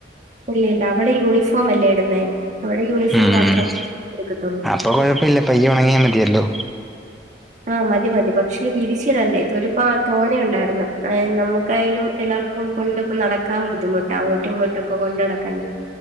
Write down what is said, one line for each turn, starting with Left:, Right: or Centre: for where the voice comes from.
Right: ഇല്ല ഇല്ല. അവിടെ യൂണിഫോം അല്ലേ ഇടുന്നേ അവിടെ യൂണിഫോം
Centre: ഉം
Right: മാത്രം എടുക്കത്തൊള്ള്.
Centre: അപ്പൊ കൊഴപ്പ ഇല്ല പയ്യെ ഉണങ്ങിയാ മതിയല്ലോ.
Right: ആഹ് മതി മതി. പക്ഷെ വിരിച്ചിടണ്ടേ ഇതൊരുപാ തോനെ ഉണ്ടായിർന്ന്. ഏഹ് നമ്മുക്കായാലും. എല്ലാർക്കും കൊണ്ട് ഇപ്പ നടക്കാൻ ബുദ്ധിമുട്ടാ അങ്ങോട്ടും ഇങ്ങോട്ടും ഒക്കെ കൊണ്ട് നടക്കണ്ടേ.